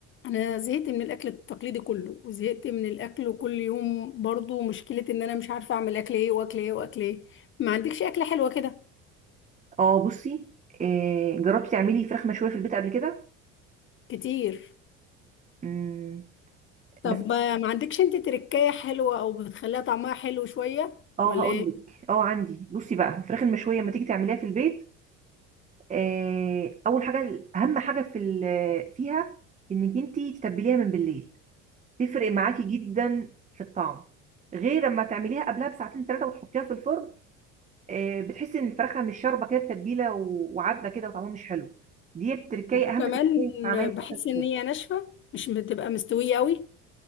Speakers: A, on the left (about 40°); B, on the right (about 25°).
A: انا زهقت من الاكل التقليدي كله وزهقت من الاكل كل يوم برضو مشكلة ان انا مش عارفة اعمل اكل ايه واكل ايه واكل ايه ما عندكش اكلة حلوة كده
B: اه بصي آه، جربتي تعملي فراخ مشويه في البيت قبل كده
A: كتير
B: مم،
A: طب
B: بس
A: ما عندكش انت تركاية حلوة او بتخليها طعمها حلو شوية
B: اه
A: ولا
B: هقول
A: ايه
B: لك اه عندي بصي بقى الفراخ المشويه لما تيجي تعمليها في البيت آه، اول حاجه اهم حاجه في ال- فيها انك انت تتبليها من بالليل تفرق معاكي جدا في الطعم غير لما تعمليها قبلها بساعتين ثلاثه وتحطيها في الفرن آه، بتحسي ان الفرخه مش شاربه كده التتبيله و- وعدبه كده وطعمها مش حلو دي التركية
A: وكمان
B: اهم تركية في عمل الفراخ
A: بحس
B: المشوية.
A: ان هي ناشفة مش بتبقى مستوية قوي